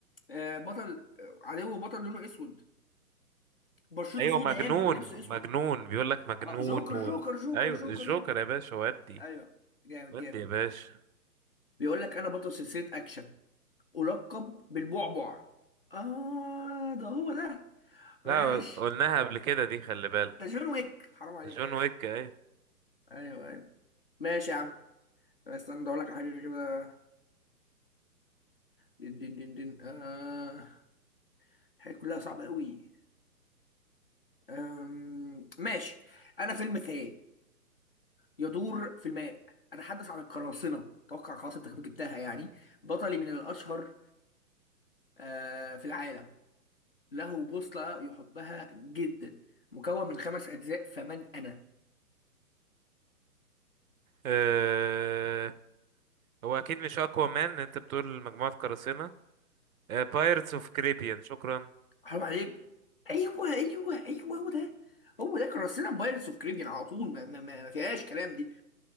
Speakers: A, on the left; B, on the right.
A: آه بطل آه، عدو بطل لونه اسود بشرته
B: ايوه
A: سودا
B: مجنون
A: يعني ولا لبسه
B: مجنون
A: اسود
B: بيقول لك مجنون
A: اه جوكر
B: و...
A: جوكر جوكر
B: ايوه
A: جوكر
B: الجوكر
A: جوكر
B: يا باشا ودي
A: ايوه جامد
B: ودي
A: جامد
B: يا باشا
A: بيقول لك انا بطل سلسله اكشن ألقب بالبعبع آه ده هو ده
B: لا
A: ماشي
B: قلناها قبل كده دي خلي بالك
A: ده جون ويك حرام عليك
B: جون
A: يا أخي
B: ويك ايوه
A: أيوه أيوه ماشي يا عم أنا استنى أقول لك على حاجة كده دين دين دين دين آه الحاجات كلها صعبة أوي آم... ماشي أنا فيلم خيال يدور في الماء أتحدث عن القراصنة أتوقع خلاص أنت جبتها يعني بطلي من الأشهر آه في العالم له بوصلة يحبها جدا مكون من خمس أجزاء فمن أنا
B: أه... هو اكيد مش اقوى مان انت بتقول مجموعة قراصنة بايرتس اوف كريبيان شكرا
A: حرام عليك ايوه ايوه ايوه هو ده هو ده كرسينا بايرتس اوف كاريبيان على طول ما, ما, ما, ما فيهاش كلام دي